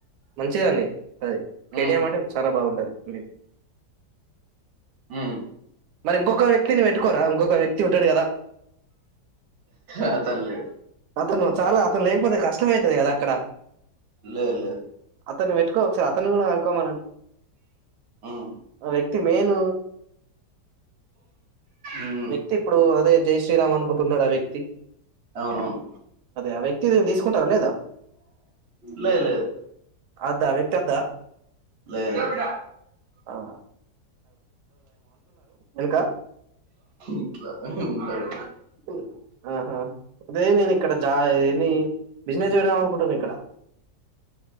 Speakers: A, on the right (about 75°); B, on the right (about 50°).
A: మంచిదాన్ని అది కేటీఎం
B: ఉమ్
A: అంటే చాలా బాగుంటంది లే
B: ఉ
A: మరి ఇంకొక వ్యక్తిని పెట్టుకోరా ఇంకొక వ్యక్తి ఉంటాడు కదా
B: అతను లేడు
A: అతను చాలా అతను లేకపోతే కష్టమ అవుతుది కదా అక్కడ
B: లే లేదు
A: అతను పెట్టుకో ఒకసారి అతను కూడా కనుక్కోమనండి
B: ఉమ్
A: ఆ వ్యక్తి మెయిన్
B: ఉమ్
A: వ్యక్తి ఇప్పుడు అదే జై. శ్రీరామ్ అనుకుంటున్నాడు ఆ వ్యక్
B: అవునువును
A: ఆ వ్యక్తి ది తీసుకుంటారా లేదా?
B: లే లేదు
A: అద్దా ఆ వ్యక్తి అద్దా?
B: లే లేదు
A: అవునా ఇంక
B: ఇట్లా ఉంటాయి
A: ఉ ఆహా అదే నేను ఇక్కడ జా ఏ బిజినెస్యడ టున్నాం ఇక్కడ